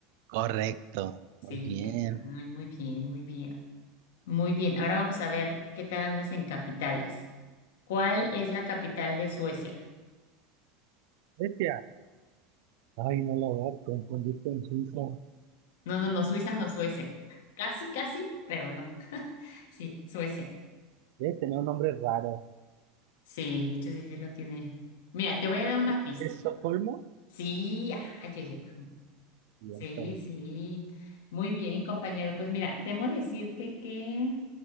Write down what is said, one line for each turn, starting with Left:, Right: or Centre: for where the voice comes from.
Right: Correcto,
Left: Sí,
Right: muy bien.
Left: ay, muy bien, muy bien. Muy bien, ahora vamos a ver qué tal andas en capitales. ¿Cuál es la capital de Suecia?
Right: Grecia. Ay, no lo voy a confundir con Suiza.
Left: No, no, no, Suiza no, Suecia. Casi, casi, pero no. <laughs> Sí, Suecia.
Right: Debe tener un nombre raro.
Left: Sí, de hecho sí, sí lo tiene. Mira, te voy a dar una
Right: ¿Es,
Left: pista.
Right: es Estocolmo?
Left: Sí, ay, oye, pero-
Right: Y
Left: sí,
Right: hasta-
Left: sí. Muy bien, compañero. Pues mira, temo decirte que...